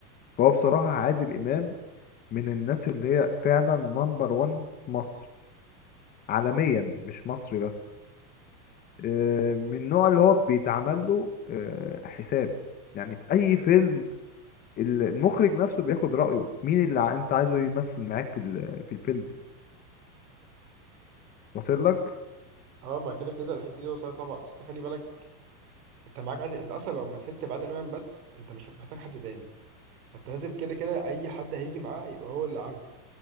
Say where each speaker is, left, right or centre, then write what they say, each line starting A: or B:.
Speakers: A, on the left; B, on the right.
A: فهو بصراحة عادل امام من الناس اللي هي فعلا نمبر 1 في مصر عالميا مش مصري بس آه، من النوع اللي هو بيتعمل له آه، حساب يعني في اي فيلم ال- المخرج نفسه بياخد رأيه مين اللي ع- انت عايزه يمثل معاك في ال- في الفيلم واصل لك
B: اه ما كده كده الحته دي وصلت طبعا اصل أنت خلي بالك انت معاك عادل انت اصلا لو مثلت بعادل امام بس انت مش محتاج حد تاني فانت لازم كده كده اي حد هيجي معاه يبقى هو اللي عاجبه